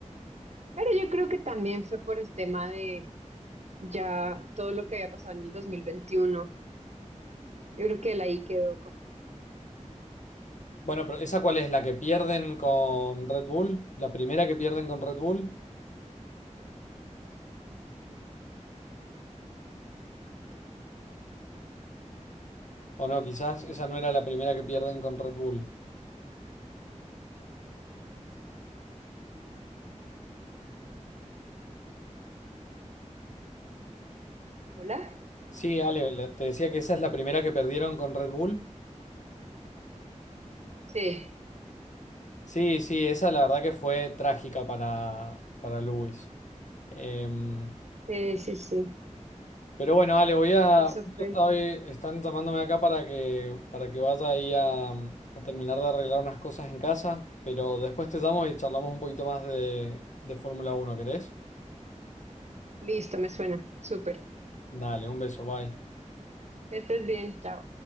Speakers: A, on the right; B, on the left.
A: pero yo creo que también fue por el tema de ya todo lo que había pasado en el 2021. Yo creo que él ahí quedó como,
B: Bueno, pero ¿esa cuál es? ¿La que pierden con Red Bull? ¿La primera que pierden con Red Bull? ¿O no? Quizás esa no era la primera que pierden con Red Bull.
A: ¿hola?
B: Sí, Ale, la- te decía que esa es la primera que perdieron con Red Bull.
A: Sí,
B: Sí, sí, esa la verdad que fue trágica para, para Lewis. Em,
A: sí, sí, sí,
B: pero bueno, Ale, voy a...
A: eso
B: Justo
A: fue.
B: estaba- están tomándome acá para que, para que vaya ahí a, a terminar de arreglar unas cosas en casa, pero después te llamo y charlamos un poquito más de, de Fórmula Uno, ¿querés?
A: Listo, me suena, súper.
B: Dale, un beso, bye.
A: Que estés bien, chao.